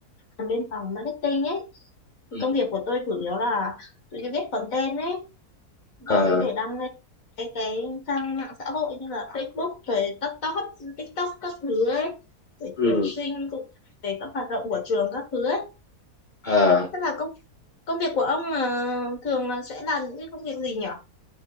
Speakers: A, on the left; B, on the left.
A: làm bên phòng marketing ấy thì
B: Ừ.
A: công việc của tôi chủ yếu là tôi viết content ấy đấy
B: Ờ.
A: để đăng lên cái cái trang mạng xã hội như là Facebook rồi TikTok TikTok các thứ ấy để
B: Ừ.
A: tuyển sinh cũng như là về các hoạt động của trường các thứ ấy
B: Ờ.
A: thế là công công việc của ông là thường là sẽ làm những cái công việc gì nhỉ